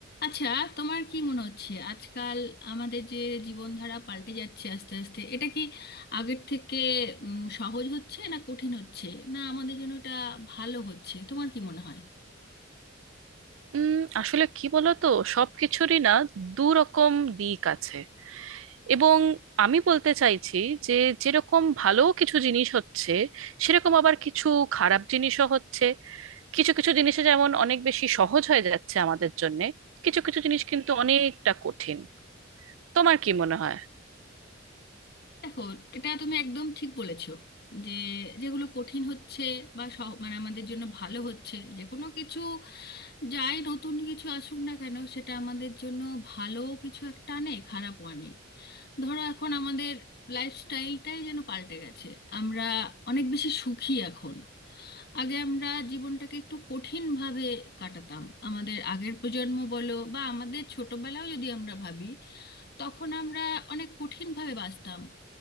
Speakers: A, on the left; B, on the right.
A: আচ্ছা তোমার কি মনে হচ্ছে আজকাল আমাদের যে জীবনধারা পাল্টে যাচ্ছে আস্তে আস্তে এটা কি আগের থেকে উম, সহজ হচ্ছে না কঠিন হচ্ছে না আমাদের জন্য এটা ভালো হচ্ছে তোমার কি মনে হয়
B: উম, আসলে কি বলতো সবকিছুরই না দু রকম দিক আছে এবং আমি বলতে চাইছি যে যেরকম ভালো কিছু জিনিস হচ্ছে সেরকম আবার কিছু খারাপ জিনিসও হচ্ছে কিছু কিছু জিনিসে যেমন অনেক বেশি সহজ হয়ে যাচ্ছে আমাদের জন্যে কিছু কিছু জিনিস কিন্তু অনেকটা কঠিন তোমার কি মনে হয়
A: দেখো এটা তুমি একদম ঠিক বলেছো যে যেগুলো কঠিন হচ্ছে বা সহ- মানে আমাদের জন্য ভালো হচ্ছে যে কোনো কিছু যাই নতুন কিছু আসুক না কেন সেটা আমাদের জন্য ভালো কিছু একটা আনে খারাপ আনে ধরো এখন আমাদের লাইফস্টাইলটাই যেন পাল্টে গেছে আমরা অনেক বেশি সুখী এখন আগে আমরা জীবনটাকে একটু কঠিন ভাবে কাটাতাম আমাদের আগের প্রজন্ম বলো বা আমাদের ছোটবেলাও যদি আমরা ভাবি তখন আমরা অনেক কঠিন ভাবে বাঁচতাম